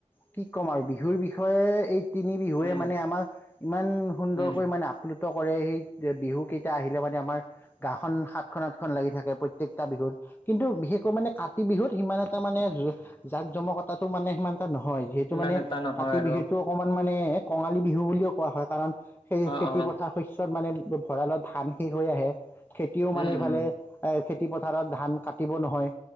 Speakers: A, on the left; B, on the left.
A: কি ক'ম আৰু বিহুৰ বিষয়ে এই তিনি বিহুৱে
B: উম
A: মানে আমাক ইমান সুন্দৰকৈ
B: উম
A: ইানে আপলোড কৰে সেই বিহু কেইটা আহিলে মানে আমাৰ গাখন সাতখন আঠখন লাগি থাকে প্ৰত্যেকটা বিহুত কিন্তু বিশেষকৈ মানে কা কাতি বিহুত সিমান এটা মানে জাক জমকতাটো মানেিমান নহয় যিহেতু
B: ইমান
A: মানে
B: এটা নহয়
A: কাতি
B: আৰু
A: বিহুটো অকনমান মানে কঙালী বিহু বুলিও কোৱা হয় কাৰণ সেই
B: অ
A: খেতি
B: অ
A: পথাৰ শস্যত মানে ভঁৰালত ধান শেষ হৈ আহে খেতিও
B: উম
A: মানে এইফালে
B: উম
A: এ খেতিপথাৰত ধান কাট পতিব নহয়